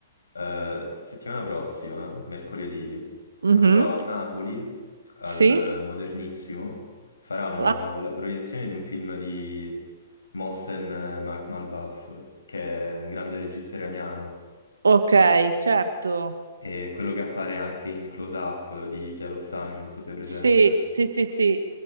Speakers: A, on the left (about 75°); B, on the right (about 70°).
A: Eh, settimana prossima, mercoledì,
B: Mhm.
A: andrò a Napoli al
B: Sì.
A: eh, Modernissimo, faranno
B: Ah,
A: la proiezione di un film di Mohsen Makhmalbaf, che è un grande regista iraniano,
B: ok, certo.
A: e quello che appare anche in Close Up di Kiarostami, non so se è presente.
B: Sì, sì, sì, sì.